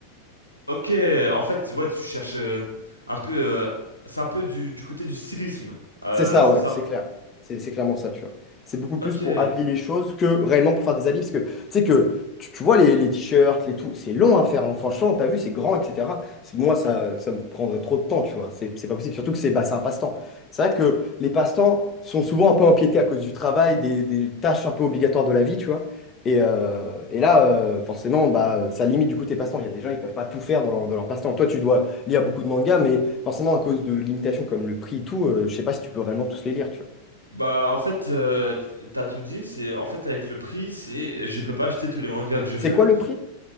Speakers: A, on the left; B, on the left.
A: Ok. En fait, ouais, tu cherches euh, un peu. euh, c'est un peu du, du côté du stylisme. Euh,
B: C'est ça,
A: c'est
B: ouais,
A: ça.
B: c'est clair. C'est c'est clairement ça, tu vois. C'est beaucoup plus
A: Ok.
B: pour habiller les choses que réellement pour faire des habits. Parce que tu sais que tu, tu vois les, les t-shirts, les tout, c'est long à faire. hein. Franchement, t'as vu, c'est grand, etc. C'est- Moi, ça,
A: Hmm.
B: ça me prendrait trop de temps, tu vois. C'est c'est pas possible. Surtout que c'est bah, c'est un passe-temps. C'est vrai que les passe-temps sont souvent un peu empiétés à cause du travail, des, des tâches un peu obligatoires de la vie, tu vois. Et, euh, et là, euh, forcément, bah, ça limite du coup tes passe-temps. Il y a des gens, ils peuvent pas tout faire dans leur, dans leur passe-temps. Toi, tu dois lire beaucoup de mangas, mais forcément à cause de limitations comme le prix et tout, euh, je sais pas si tu peux réellement tous les lire, tu vois.
A: Bah, en fait, euh, t'as tout dit. C'est en fait avec le prix, c'est je peux pas acheter tous les mangas que je
B: C'est
A: veux.
B: quoi le prix?